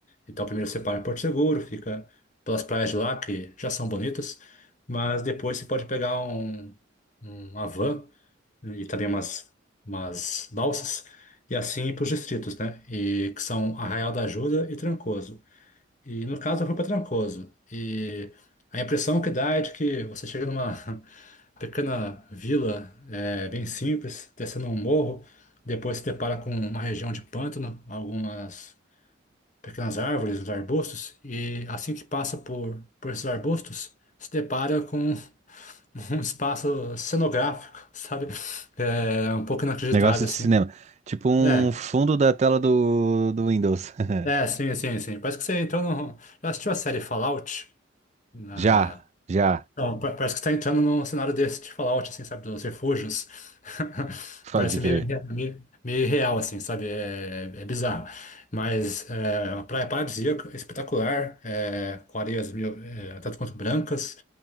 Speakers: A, on the left (about 40°); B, on the right (about 35°).
A: Então, primeiro você para em Porto Seguro, fica pelas praias de lá, que já são bonitas, mas depois você pode pegar um, um, uma van né, e também umas, umas balsas, e assim para os distritos, né? E que são Arraial da Ajuda e Trancoso. E no caso eu fui para Trancoso. E a impressão que dá é de que você chega numa <laughs> pequena vila, é, bem simples, descendo um morro, depois se depara com uma região de pântano, algumas pequenas árvores, uns arbustos, e assim que passa por, por esses arbustos, se depara com um espaço cenográfico, <laughs> sabe? É um pouco inacreditável,
B: Negócio de
A: assim.
B: cinema. Tipo um
A: É,
B: fundo da tela do, do Windows. <laughs>
A: é, sim, sim, sim. Parece que você entrou no. Já assistiu a série Fallout? Na...
B: Já, já.
A: Não, pa- parece que você tá entrando num cenário desse de Fallout, assim, sabe? Dos refúgios. <laughs>
B: Pode
A: Parece
B: crer.
A: meio, irre- meio, meio irreal, assim, sabe? É, é bizarro. Mas é uma praia paradisíaca, espetacular, é, com areias meio, é, tanto quanto brancas